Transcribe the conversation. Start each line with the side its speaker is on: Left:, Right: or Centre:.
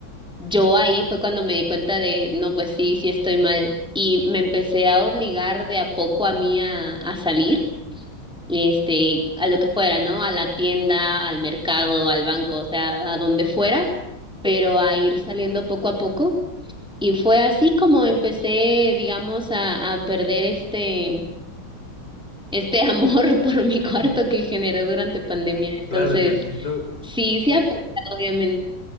Centre: yo ahí fue cuando me di cuenta de, no, pues sí, sí estoy mal. Y me empecé a obligar de a poco a mí a, a salir este, a lo que fuera, ¿no? A la tienda, al mercado, al banco, o sea, a donde fuera, pero a ir saliendo poco a poco. Y fue así como empecé, digamos, a, a perder este, este <laughs> amor por mi cuarto
Left: <laughs>
Centre: que generé durante pandemia. Entonces,
Left: Claro, yo entiendo,
Centre: sí, sí afecta, obviamente.